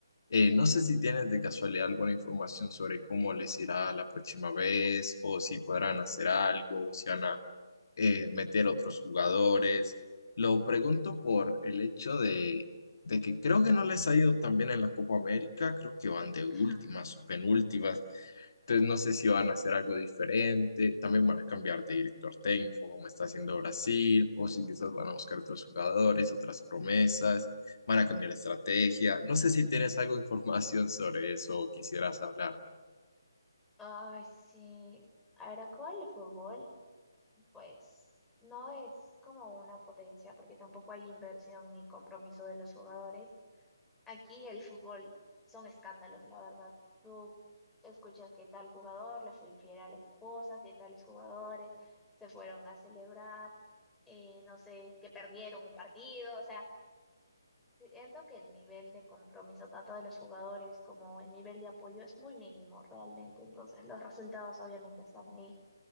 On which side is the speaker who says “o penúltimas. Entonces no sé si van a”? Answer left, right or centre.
Left